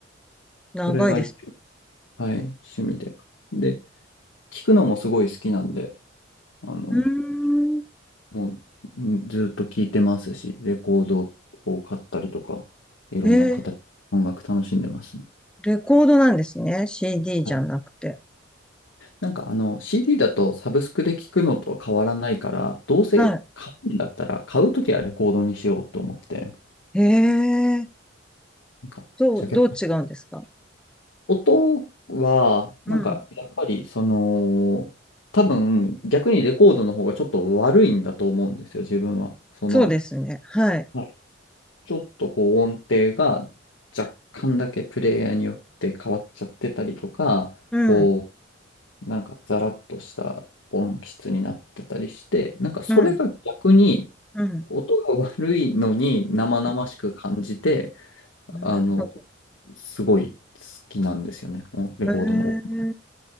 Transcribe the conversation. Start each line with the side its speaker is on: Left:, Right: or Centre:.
Centre: 長いです。
Left: それが、はい、趣味で。で、聴くのもすごい好きなんで、あの、
Centre: うーん。
Left: もうんずっと聴いてますし、レコードを買ったりとか、いろんな形、
Centre: えー
Left: 音楽楽しんでますね。
Centre: レコードなんですね。CD じゃなくて。
Left: はいなんかあの CD だとサブスクで聞くのと変わらないから、どうせ買うんだったら買うときはレコードにしようと思って、
Centre: はい。ええー
Left: なんかジャケット。
Centre: どう、どう違うんですか
Left: 音は、
Centre: うん。
Left: なんかやっぱりその、多分逆にレコードの方がちょっと悪いんだと思うんですよ、自分は。その、
Centre: そうですね。はい。
Left: はいちょっとこう音程が若干だけプレイヤーによって変わっちゃってたりとか、
Centre: うん。
Left: こなんかザラッとした音質になってたりして、なんかそれが逆に
Centre: うん。うん。
Left: 音が悪いのに生々しく感じて、
Centre: うんなるほど。
Left: あの、すごい好きなんですよね、おレコードの音が。
Centre: え